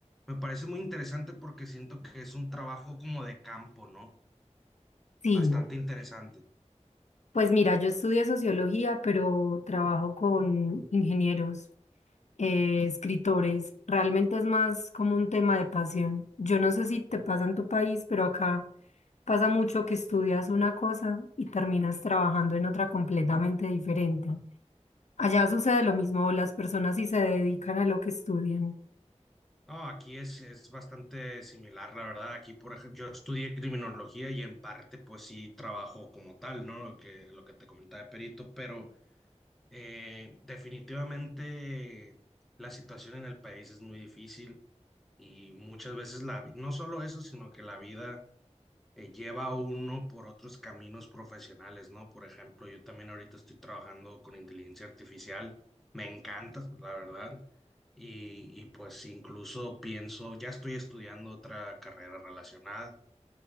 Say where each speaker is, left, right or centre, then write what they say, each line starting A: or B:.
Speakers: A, in the centre; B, on the left.
A: me parece muy interesante porque siento que es un trabajo como de campo, ¿no?
B: Sí,
A: Bastante interesante.
B: pues mira, yo estudié sociología, pero trabajo con ingenieros, eh, escritores. Realmente es más como un tema de pasión. Yo no sé si te pasa en tu país, pero acá pasa mucho que estudias una cosa y terminas trabajando en otra completamente diferente. Allá sucede lo mismo, las personas sí se dedican a lo que estudian.
A: Ah, aquí es, es bastante similar, la verdad. Aquí, por ejemplo, yo estudié criminología y en parte, pues sí, trabajo como tal, ¿no? Lo que, lo que te comentaba de perito, pero... Eh, definitivamente la situación en el país es muy difícil y muchas veces la, vi- no solo eso, sino que la vida eh, lleva a uno por otros caminos profesionales, ¿no? Por ejemplo, yo también ahorita estoy trabajando con inteligencia artificial, me encanta, la verdad, y, y pues incluso pienso, ya estoy estudiando otra carrera relacionada